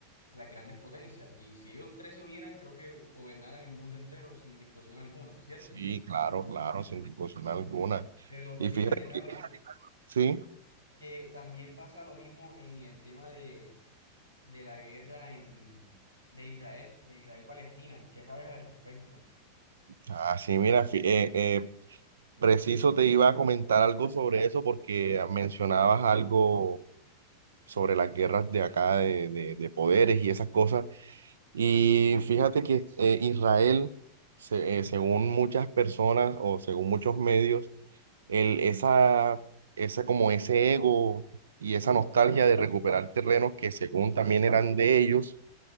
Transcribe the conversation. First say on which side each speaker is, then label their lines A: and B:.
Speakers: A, on the right; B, on the right.
A: las grandes potencias. Y si ellos tres se unieran, creo que gobernaran el mundo entero sin discusión alguna, ¿cierto?
B: Sí, claro, claro, sin discusión alguna.
A: Pero
B: Y
A: fíjate,
B: fíjate
A: Carlos,
B: que, sí,
A: que también pasa lo mismo en el tema de, de la guerra en, de Israel, de Israel-Palestina. ¿Qué sabes al respecto?
B: así mira, fí- eh, eh, preciso te iba a comentar algo sobre eso porque mencionabas algo sobre las guerras de acá de, de de poderes y esas cosas. Y fíjate que eh, Israel, se- eh, según muchas personas o según muchos medios, el, esa, ese, como ese ego y esa nostalgia de recuperar terrenos que según también eran de ellos,